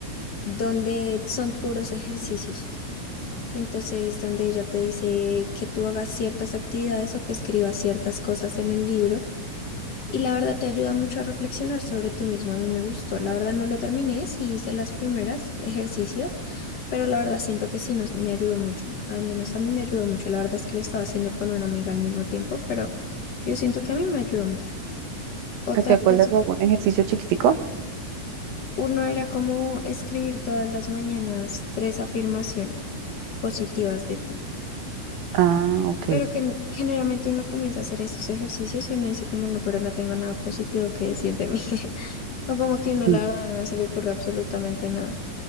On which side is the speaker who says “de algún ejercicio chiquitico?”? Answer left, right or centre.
Right